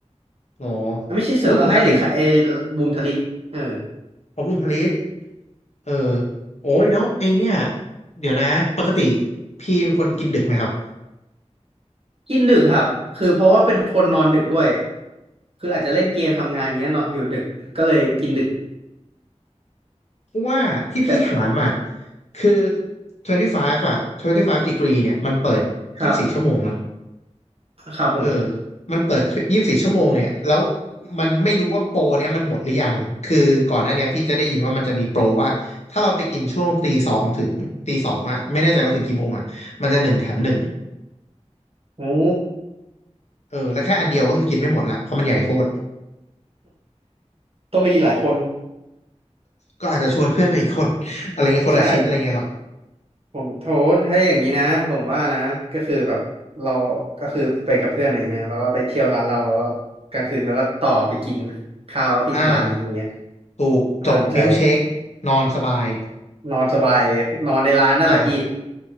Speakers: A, on the left; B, on the right.
A: อ๋อ
B: อ่ะไม่ใช่เสือร้องไห้สิค่ะไอ
A: แล้วปกติ
B: บูมทลิปเออ
A: ขอบคุณพลิต เออโอ้ยแล้วไอเนี่ยเดี๋ยวนะปกติพี่เป็นคนกินดึกไหมครับ
B: กินดึกครับคือเพราะว่าเป็นคนนอนดึกด้วยคืออาจจะเล่นเกมทำงานอย่างเงี้ยเนาะอยู่ดึกก็เลยกินดึก
A: ว่าที่พี่ถามอ่ะ
B: แต่
A: คือ25อ่ะ25 degree เนี่ยมันเปิด24ชั่วโมงเนาะ
B: ครับครับผม
A: เออมันเปิด24ชั่วโมงเนี่ยแล้วมันไม่รู้ว่าโปรเนี่ยมันหมดหรือยังคือก่อนหน้าเนี่ยพี่จะได้ยินว่ามันจะมีโปรว่าถ้าเราไปกินช่วงตีสองถึงตีสองอ่ะไม่แน่ใจว่าถึงกี่โมงอ่ะมันจะหนึ่งแถมหนึ่ง
B: โอ้
A: เออแล้วแค่อันเดียวก็คือกินไม่หมดละเพราะมันใหญ่โคตร
B: ต้องไปกินหลายคน
A: ก็อาจจะชวนเพื่อนไปอีกคนอะไรเงี้ยคนละชิ้นอะไรเงี้ยครับ
B: ใช่ ผมโทษให้อย่างนี้นะผมว่านะก็คือแบบเราก็คือไปกับเพื่อนอยไรเงี้ยแล้วก็ไปเที่ยวร้านเราแล้วก็กลางคืนแล้วก็ต่อไปกินข้าวแล้วไปกินร้านนี้อย่างเงี้ย
A: อ่าถูกจบมิลค์เชคนอนสบาย
B: น่าสนใจนอนสบายเลยนอนในร้านนั่นแหละพี่
A: ใช่